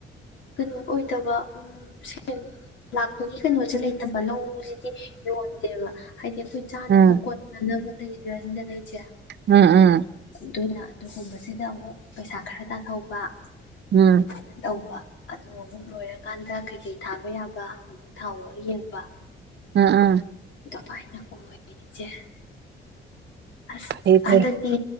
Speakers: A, on the left; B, on the right.
A: ꯀꯩꯅꯣ ꯑꯣꯏꯗꯕ ꯎꯝ ꯁꯦꯟ ꯂꯥꯛꯄꯒꯤ ꯀꯩꯅꯣꯁꯦ ꯂꯩꯇꯕ ꯂꯧꯁꯤꯗꯤ ꯌꯣꯟꯗꯦꯕ ꯍꯥꯏꯗꯤ ꯑꯩꯈꯣꯏ ꯆꯥꯅꯕ
B: ꯎꯝ
A: ꯀꯣꯟꯅꯥꯅꯕ <unintelligible> ꯏꯆꯦ
B: ꯎꯝ ꯎꯝ
A: ꯑꯗꯨꯅ ꯑꯗꯨꯒꯨꯝꯕꯁꯤꯗ ꯑꯃꯨꯛ ꯄꯩꯁꯥ ꯈꯔ ꯇꯥꯟꯍꯧꯕ
B: ꯎꯝ ꯎꯝ
A: ꯑꯗꯨꯃꯥꯏꯅ ꯇꯧꯕ ꯑꯗꯨ ꯑꯃꯨꯛ ꯂꯣꯏꯔꯀꯥꯟꯗ ꯀꯩꯀꯩ ꯊꯥꯕ ꯌꯥꯕ ꯑꯃꯨꯛ ꯊꯥ <unintelligible> ꯌꯦꯡꯕ
B: ꯎꯝ ꯎꯝ
A: ꯑꯗꯨꯃꯥꯏꯅ ꯑꯣꯏꯔꯤ ꯏꯆꯦ ꯑꯁ
B: ꯐꯩ ꯐꯩ
A: ꯍꯟꯗꯛꯇꯤ